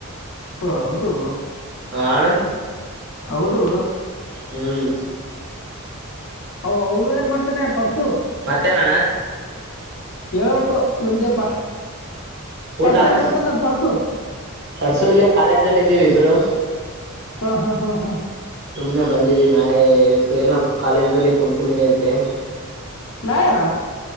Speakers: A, on the left; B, on the right.
A: ಹೌದು.
B: ಅಣ.
A: ಹೌದು.
B: ಹ್ಮ್.
A: ಅ ಅವು ಏನ್ ಮಾಡ್ತಾನೆ ಪರ್ಸು.
B: ಮತ್ತೇನಣ್ಣ.
A: ಹೇಳ್ಬೇಕು ನಿಮ್ದೇಪ್ಪ
B: ಊಟ
A: ಪರ್ಸ
B: ಅಣ್ಣ
A: ಏನ್ ಮಾಡ್ತದನ ಪರ್ಸು.
B: ಪರ್ಸು ಇಲ್ಲೇ ಕಾಲೇಜ್ಲ್ಲಿ ಇದೀವಿ ಇಬ್ರು
A: ಹಾ ಹಾ ಹಾ ಹಾ
B: ಸುಮ್ನೆ ಬಂದಿ. ವಿ ನಾಳೆ ಇವತ್ತು ಏನೋ ಕಾಲೇಜ್ಲ್ಲಿ ಫಂಕ್ಷನ್ ಇದೆ ಅಂತೆ.
A: ನಾಳೆ ನಾ.